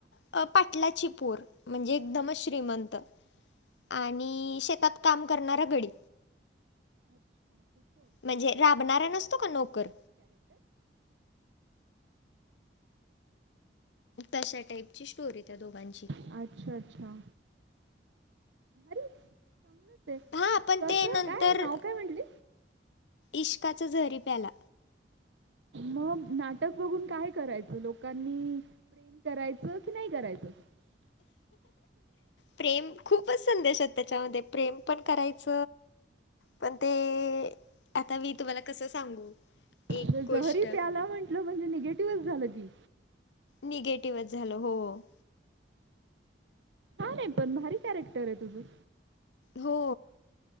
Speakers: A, on the left; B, on the right.
A: अ पाटलाची पोरं म्हणजे एकदमच श्रीमंत. आणि शेतात काम करणारा गडी.
B: अच्छा तसं
A: म्हणजे
B: अरे
A: राबणारा
B: बापरे हे
A: नसतो
B: दोन
A: का
B: अशे
A: नोकर
B: दाखवलेत कॅरेक्टर?
A: तशा टाईपची स्टोरी त्या दोघांची.
B: अच्छा अच्छा हो भारी चांगल हे
A: हा
B: इश्काच
A: पण ते नंतर
B: काय नाव काय म्हंटली?
A: इश्काच जहरी प्याला.
B: मग नाटक बघून काय करायचं लोकांनी प्रेम करायचं की नाय करायचं? <inaudible>
A: प्रेम खूपच संदेश त्याच्यामध्ये प्रेम पण करायच. पण ते आता मी तुम्हाला कसं सांगू. एक
B: जर
A: गोष्ट
B: जहरी प्याला म्हंटल म्हणजे निगेटिव्हच झालं की.
A: निगेटिव्हच झाल हो हो.
B: छान हे पण भारी कॅरेक्टर आहे तुझ.
A: हो